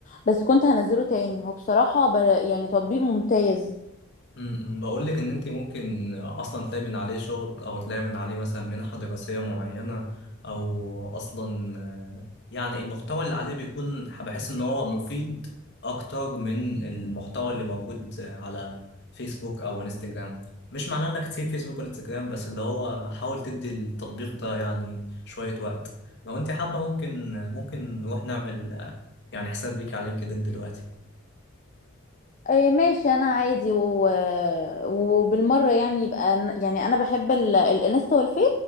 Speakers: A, on the left (about 40°); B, on the left (about 55°).
A: بس كنت هنزله تاني هو بصراحه بر... يعني تطبيق ممتاز
B: امم، بقول لك ان انت ممكن اصلا تلاقي من عليه شغل او تلاقي من عليه مثلا منحة دراسية معينة او اصلا آه، يعني المحتوى اللي عليه بيكون بحس ان هو مفيد اكتر من المحتوى اللي موجود على فيسبوك او انستجرام مش معناه انك تسيب فيسبوك وانستجرام بس اللي هو حاول تدي التطبيق ده يعني شوية وقت لو انت حابة ممكن ممكن نروح نعمل آه، يعني حساب ليك على لينكدين دلوقتي
A: إيه ماشي انا عادي و... وبالمره يعني يبقى ن- يعني انا بحب ال... الانستا والفيس